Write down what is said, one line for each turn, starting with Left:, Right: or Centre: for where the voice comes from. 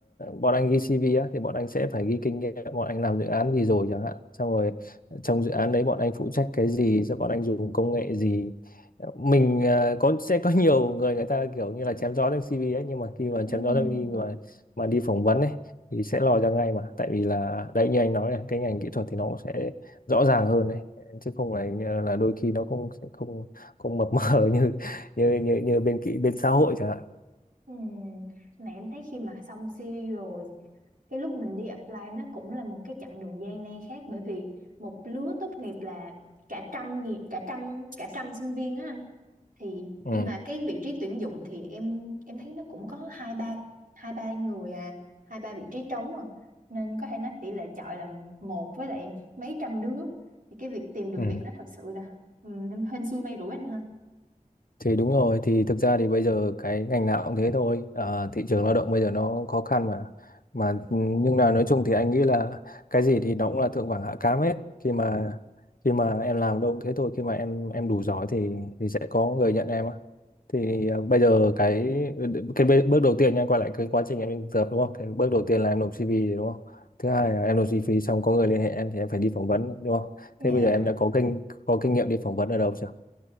Left: bọn anh ghi CV á thì bọn anh sẽ phải ghi kinh nghiệm, bọn anh làm dự án gì rồi chẳng hạn, xong rồi trong dự án đấy bọn anh phụ trách cái gì, rồi bọn anh dùng công nghệ gì mình ờ, có sẽ có nhiều người người ta kiểu như là chém gió trong CV ấy nhưng mà khi mà chém
Right: Ừm,
Left: gió trong CV mà mà đi phỏng vấn ấy thì sẽ lòi ra ngay mà tại vì là đấy như anh nói này cái ngành kỹ thuật thì nó cũng sẽ rõ ràng hơn đấy chứ không phải như là đôi khi nó không không không mập <laughs> mờ như như như, như bên kỹ bên xã hội chẳng hạn
Right: ừm. Mà em thấy khi mà xong CV rồi cái lúc mình đi apply nó cũng là một cái chặng đường gian nan khác bởi vì một lứa tốt nghiệp là cả trăm nghi- cả trăm cả trăm sinh viên á anh thì
Left: ừ,
Right: nhưng mà cái vị trí tuyển dụng thì em em thấy nó cũng có hai ba hai ba người à hai ba vị trí trống à nên có thể nói tỷ lệ chọi là một với lại mấy trăm đứa thì cái việc tìm được
Left: ừ.
Right: việc nó thật sự là ừ, hên xui may rủi anh ha
Left: Thì đúng rồi, thì thực ra thì bây giờ cái ngành nào cũng thế thôi. Ờ, thị trường lao động bây giờ nó khó khăn mà. Mà nhưng là nói chung thì anh nghĩ là cái gì thì nó cũng là thượng vàng hạ cám hết. Khi mà khi mà em làm đâu cũng thế thôi, khi mà em em đủ giỏi thì thì sẽ có người nhận em á. Thì ờ, bây giờ cái cái bê- bước đầu tiên nha, quay lại cái quá trình em đi thực tập đúng không? Cái bước đầu tiên là em nộp CV đúng không? Thứ hai là em nộp CV xong có người liên hệ em thì em phải đi phỏng vấn đúng không?
Right: dạ
Left: Thế bây giờ em đã có kinh có kinh nghiệm đi phỏng vấn ở đâu chưa?